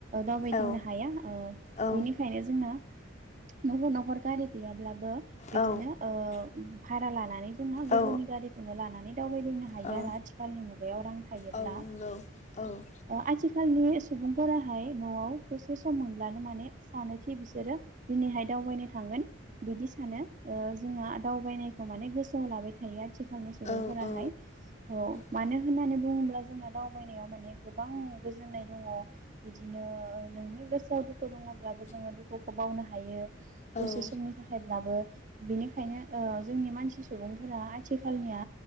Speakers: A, on the right (about 40°); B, on the left (about 35°).
A: दावबायदिंनो
B: औ
A: हाया ओ
B: औ
A: बेनिखायनो। जोंना न'खर न'खर गारि गैयाब्लाबो बिदिनो
B: औ
A: ओ उम भारा लानानै जोंना गुबुननि
B: औ
A: गारिखौनो लानानै दावबायदिंनो हायो
B: औ
A: आरो आथिखालनि मुगायाव रां थायोब्ला।
B: औ नंगौ औ औ।
A: अ आथिखालनि सुबुंफोराहाय न'आव दसे सम मोनब्लानो माने सानोखि बिसोरो दिनैहाय दावबायनो थांगोन बिदि सानो ओ जोंहा दावबायनाय खौ माने गोसोआव लाबाय थायो आरो। आथिखालनि सुबुंफोराहाय
B: औ
A: अ मानो
B: औ
A: होननानै बुंङोब्ला जोंना दाव। मोनायाव माने गोबां गोजोननाय दंङ बिदिनो नोंनि गोसोआव दुखु दंङब्लाबो। जोंङो दुखुखौ बावनो हायो दसे
B: औ
A: समनि थाखायब्लाबो बेनिखायनो ओ जोंनि मानसि सुबुंफोरा आथिखालनिया